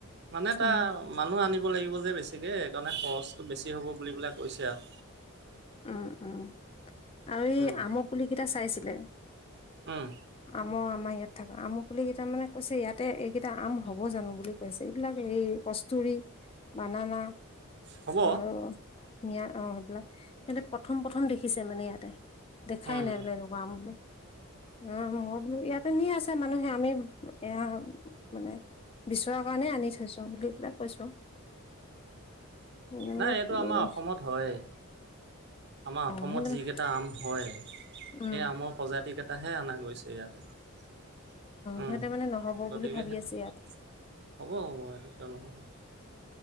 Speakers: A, on the right; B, on the left.
A: মানে তাৰ
B: উম
A: মানুহ লাগিব যে, বেছিকে। সকাৰণে খৰচটো বেছি হ'ব বুলি পেলাই পষা <unintelligible>
B: উম, উম। আৰু এই
A: উম
B: আমৰ পুলি কেইটা চাইছিলে।
A: উম
B: অ, আমাৰ ইয়াত থকা। আমৰ বুলি কেইটা মানে কৈছে, ইয়াতে এইকেইটা আম হ'ব জানো বুলি কৈছে। এইবিলাক এই কস্তুুৰী বানানা।
A: হ'ব।
B: আৰু অ- সেইবিলাক প্ৰথম প্ৰথম দেখিছে মানে ইয়াতে। দেখাই
A: উম,
B: নাই বোলে এনেকুৱা আমৰ পুলি। অ, ' মই বোলো ইয়াতে নি আছে। মানুহে আমি এয়া মানে বিচৰা কাৰণে আনি থৈছো বুলি পেলাই। কৈছো। সিহঁতে
A: নাই এইটো আমাৰ
B: মানে
A: অসমত হয়েই। আমাৰ অসমত
B: অ সিহঁতে
A: যিকেইটা
B: মানে
A: আম হয়,
B: উম
A: সেই আমৰ প্ৰজাতিকেইটা। এতাহে অনা গৈছে ইয়াত। উম-
B: সিহঁতে মানে নহ'ব
A: গতিকে
B: বুলি ভাবি
A: সেইটো
B: আছে
A: হ'ব,
B: ইয়াত
A: হ'ব সেইটো কিয় নহব।